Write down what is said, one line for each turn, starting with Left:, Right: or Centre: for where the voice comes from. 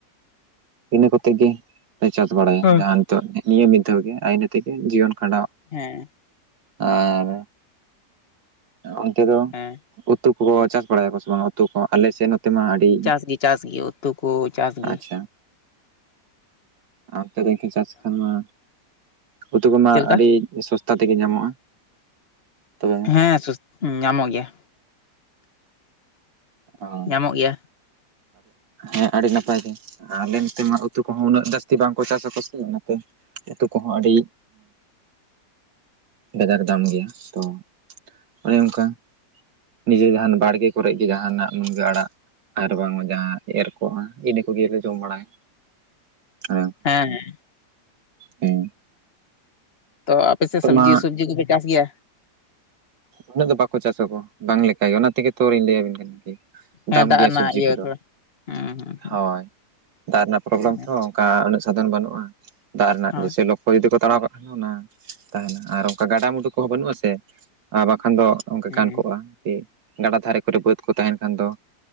Right: ᱤᱱᱟᱹ ᱠᱚᱛᱮ ᱜᱮ ᱯᱮ ᱪᱟᱥ ᱵᱟᱲᱟᱭᱟ
Left: ᱦᱚᱸ
Right: ᱡᱟᱦᱟᱸᱱ
Left: ᱦᱮᱸ
Right: ᱱᱤᱭᱟᱹ ᱢᱤᱫ ᱫᱷᱟᱣ ᱜᱮ ᱟᱭ ᱤᱱᱟᱹ ᱛᱮᱜᱮ ᱡᱤᱭᱚᱱ ᱠᱷᱟᱸᱰᱟᱣ
Left: ᱦᱮᱸ
Right: ᱟᱨ ᱚᱱᱛᱮ ᱫᱚ
Left: ᱦᱮᱸ
Right: ᱩᱛᱩ ᱠᱚ ᱪᱟᱥ ᱵᱟᱲᱟᱭᱟ ᱠᱚ ᱥᱮ ᱵᱟᱝ ᱩᱛᱩ ᱠᱚ ᱟᱞᱮ ᱥᱮᱫ ᱢᱟ ᱟᱹᱰᱤ
Left: ᱪᱟᱥ ᱜᱮ ᱪᱟᱥ ᱜᱮ ᱩᱛᱩ ᱠᱚ ᱪᱟᱥ ᱜᱮ
Right: ᱟᱪᱪᱷᱟ ᱱᱚᱱᱛᱮ ᱫᱚ ᱪᱟᱥ ᱠᱷᱟᱱ ᱢᱟ ᱩᱛᱩ ᱠᱚᱢᱟ
Left: ᱪᱮᱫ ᱞᱮᱠᱟ
Right: ᱟᱹᱰᱤ ᱥᱚᱥᱛᱟ ᱛᱮ ᱜᱮ ᱧᱟᱢᱚᱜ-ᱟ ᱛᱚᱵᱮ
Left: ᱦᱮᱸ ᱫᱚᱥ ᱧᱟᱢᱚᱜ ᱜᱮᱭᱟ
Right: ᱚ
Left: ᱧᱟᱢᱚᱜ ᱜᱮᱭᱟ
Right: ᱦᱮᱸ ᱟᱹᱰᱤ ᱱᱟᱯᱟᱭ ᱜᱮ ᱟᱨ ᱟᱞᱮ ᱱᱚᱛᱮ ᱢᱟ ᱩᱛᱩ ᱠᱚᱦᱚᱸ ᱩᱱᱟᱹᱜ ᱡᱟᱹᱥᱛᱤ ᱵᱟᱝᱠᱚ ᱪᱟᱥᱟ ᱠᱚ ᱥᱮ ᱚᱱᱟᱛᱮ ᱟᱹᱛᱩ ᱠᱚ ᱦᱚᱸ ᱟᱹᱰᱤ ᱠᱟᱡᱟᱠ ᱫᱟᱢ ᱜᱮᱭᱟ ᱛᱚ ᱚᱱᱮ ᱚᱱᱠᱟ ᱱᱤᱡᱮ ᱡᱟᱦᱟᱸᱱ ᱵᱟᱲᱜᱮ ᱠᱚᱨᱮ ᱜᱮ ᱡᱟᱦᱟᱸᱱᱟᱜ ᱢᱩᱱᱜᱟᱹ ᱟᱲᱟᱜ ᱟᱨ ᱵᱟᱝᱢᱟ ᱡᱟᱦᱟᱸ ᱮᱨ ᱠᱚᱜᱼᱟ ᱤᱱᱟᱹ ᱠᱚ ᱜᱮ ᱞᱮ ᱡᱚᱢ ᱵᱟᱲᱟᱭᱟ ᱦᱮᱸ
Left: ᱦᱮᱸ ᱦᱮᱸ
Right: ᱦᱩᱸ
Left: ᱛᱚ ᱟᱯᱮ ᱥᱮᱫ ᱥᱚᱵᱽᱡᱤ
Right: ᱢᱟ
Left: ᱥᱚᱵᱽᱡᱤ ᱠᱚ ᱯᱮ ᱪᱟᱥ ᱜᱮᱭᱟ
Right: ᱩᱱᱟᱹᱜ ᱫᱚ ᱵᱟᱠᱚ ᱪᱟᱥ ᱟᱠᱚ ᱵᱟᱝ ᱞᱮᱠᱟ ᱜᱮ ᱚᱱᱟ ᱛᱮᱜᱮ ᱛᱚᱞᱤᱧ ᱞᱟᱹᱭᱟᱵᱤᱱ ᱠᱟᱱᱟ ᱠᱤ
Left: ᱦᱮᱸ
Right: ᱫᱟᱢ
Left: ᱫᱟᱜ
Right: ᱜᱮᱭᱟ
Left: ᱨᱮᱱᱟᱜ
Right: ᱥᱚᱵᱽᱡᱤ
Left: ᱤᱭᱟᱹ
Right: ᱠᱚ ᱫᱚ
Left: ᱛᱷᱚᱲᱟ ᱦᱩᱸ ᱦᱩᱸ
Right: ᱦᱳᱭ ᱫᱟᱜ ᱨᱮᱱᱟᱜ ᱯᱨᱚᱵᱞᱮᱢ ᱛᱚ
Left: ᱟᱪᱪᱷᱟ
Right: ᱚᱱᱠᱟ ᱩᱱᱟᱹᱜ ᱥᱟᱫᱷᱚᱱ ᱵᱟᱹᱱᱩᱜᱼᱟ ᱫᱟᱜ ᱨᱮᱱᱟᱜ
Left: ᱦᱳᱭ
Right: ᱥᱮᱞᱳ ᱚ ᱡᱩᱫᱤ ᱠᱚ ᱛᱟᱲᱟᱣ ᱠᱟᱜ ᱠᱷᱟᱱ ᱚᱱᱟ ᱛᱟᱦᱮᱸᱱᱟ ᱟᱨ ᱚᱱᱠᱟ ᱜᱟᱰᱟᱼᱢᱰᱩ ᱠᱚ ᱦᱚᱸ ᱵᱟᱹᱱᱩᱜᱼᱟ ᱥᱮ ᱟᱨ ᱵᱟᱝᱠᱷᱟᱱ ᱫᱚ ᱚᱱᱠᱟ
Left: ᱦᱮᱸ
Right: ᱜᱟᱱ ᱠᱚᱜᱼᱟ ᱡᱮ ᱜᱟᱰᱟ ᱫᱷᱟᱨᱮ ᱠᱚ ᱨᱮ ᱵᱟᱹᱫᱽ ᱠᱚ ᱛᱟᱦᱮᱸᱱ ᱠᱷᱟᱱ ᱫᱚ